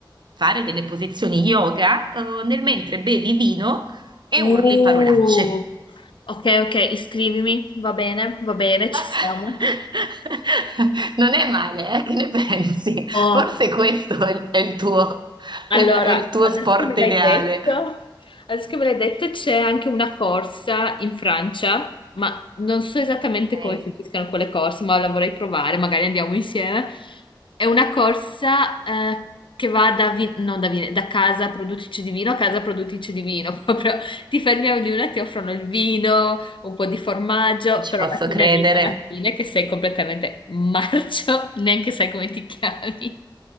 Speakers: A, on the right; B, on the left.
A: fare delle posizioni yoga, eh, nel mentre bevi vino e
B: Uh,
A: urli parolacce.
B: ok, ok, iscrivimi, va bene, va bene, ci
A: <laughs>
B: siamo.
A: Non è male, eh? Che ne pensi?
B: Oh.
A: Forse questo è il, è il tuo, è
B: Allora,
A: la- è il tuo
B: adesso
A: sport
B: che me l'hai
A: ideale.
B: detto, adesso che me l'hai detto c'è anche una corsa in Francia, ma non so esattamente
A: Ok.
B: come finiscano quelle corse, ma la vorrei provare, magari andiamo insieme. È una corsa eh, che va da, vi- non da, vi- da casa produttrice di vino a casa produttrice di vino, <laughs> proprio ti fermi a ognuna, ti offrono il vino, un po' di formaggio,
A: Non ci
B: però
A: posso
B: alla fine
A: credere,
B: arriva alla fine che sei completamente marcio, <laughs> neanche sai come ti chiami.